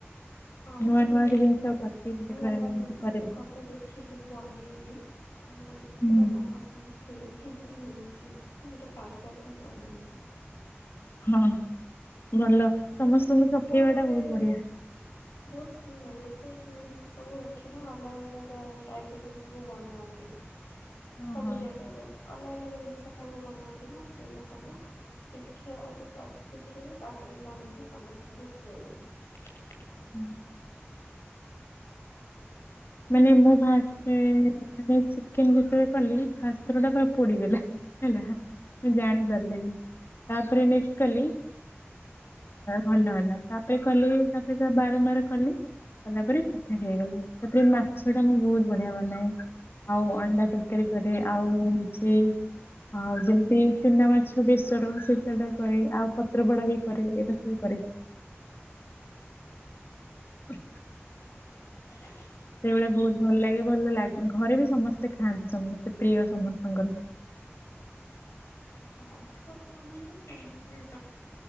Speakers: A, on the left; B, on the left.
A: ହଁ ମୁଁ
B: ନୂଆ
A: ସବୁବେଳେ
B: ନୂଆ
A: ଦେଖୁଥାଏ
B: ଜିନିଷ କରିକି ଦେଖ
A: ନୂଆ ନୂଆ ଜିନିଷ
B: କରେ
A: ତ କଣ ଟେ ଦେଖିବି ବନେଇବି ଆଉ
B: ହୁଁ
A: ସେଟା ସମସ୍ତଙ୍କୁ ଖୁଆଇବି କେମତି ହେଇ ଛି ମୁଁ ଏଇଟା ଫାଷ୍ଟ ଟାଇମ୍ ପାଇଁ ବନେଇଛି।
B: ହଁ ଭଲ
A: ବହୁତ
B: ସମସ୍ତଙ୍କୁ ଚଖେଇବା
A: ଗୁଡେ
B: ଟା ବହୁତ
A: ବହୁତ
B: ବଢିଆ
A: ସେଇ ଜିନିଷ ସବୁ ଅଛି ନା ଅଲଗା ଅଲଗା ଟାଇପ ର ଜିନିଷ ସବୁ ବନାନ୍ତି।
B: ହଁ
A: ସବୁ
B: ହଁ
A: ଜାଗାରେ ଅଲଗା ଅଲଗା। ଜିନିଷ ଖାଇବା ବନାନ୍ତି ନା ସେଇ ମା ସବୁ ଶିକ୍ଷା ଆଗେ ଶିଖିବୁ ତାପରେ ବନେଇକି ସମସ୍ତଙ୍କୁ ଖୁଆଇବୁ।
B: ହୁଁ। ମାନେ ମୁଁ ଭା ହୁଁ ଚିକେନ ଯେତେବେଳେ କଲି ଫାଷ୍ଟ ଥର ଟା ପୋଡିଗଲା ହେଲା ମୁଁ ଜାଣି ପାରିଲିନି ତାପରେ ନେଷ୍ଟ୍ କଲି ଭଲ ହେଲା। ତାପରେ କଲେ ତାପରେ ବାରମ୍ବାର କଲି କଲା ପରେ ପିଠା ହେଇଗଲା। ସେଥିରେ ମାଛ ଟା ମୁଁ ବହୁତ ବଢିଆ ବନାଏ ଆଉ ଅଣ୍ଡା ତରକାରୀ କରେ ଆଉ ସେ ଆଉ ଯେମିତି ଚୁନା ମାଛ ବେସର ସେଇଟା କରେ ଆଉ ପତ୍ରପୋଡା ବି କରେ ଏଇଟା ସବୁ କରେ। ହୁ
A: ହ
B: ସେଇଭଳିଆ ବହୁତ ଭଲ ଲାଗେ। ଭଲ ଲାଗେ ଘରେ ବି ସମସ୍ତେ ଖାଆନ୍ତି ସମ ସେ ପ୍ରିୟ ସମସ୍ତଙ୍କର।
A: ହଁ। <unintelligible> କି